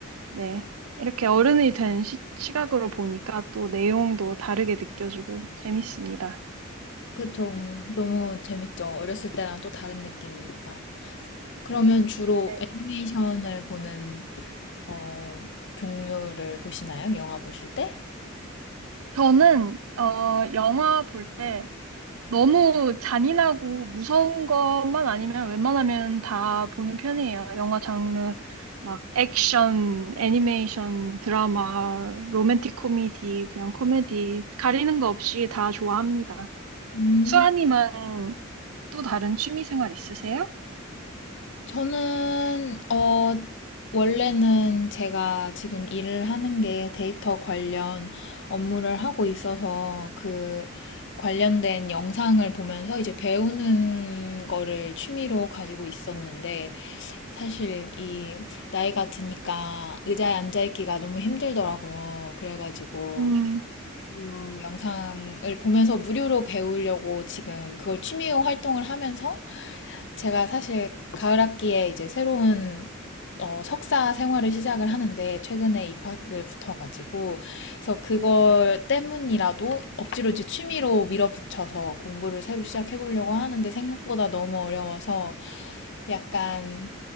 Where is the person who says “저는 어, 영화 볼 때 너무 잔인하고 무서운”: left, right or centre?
Right